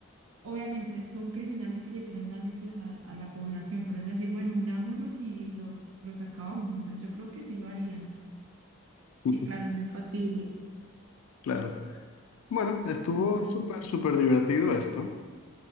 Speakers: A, on the right; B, on the left.
A: obviamente son criminales que le hicieron daño pues a, a la población, pero van a decir, bueno, unámonos y los, los acabamos. Entonces yo creo que sí lo harían. Sí,
B: <laughs>
A: claro, es muy factible.
B: Claro. Bueno, estuvo
A: Bueno,
B: súper, súper divertido esto.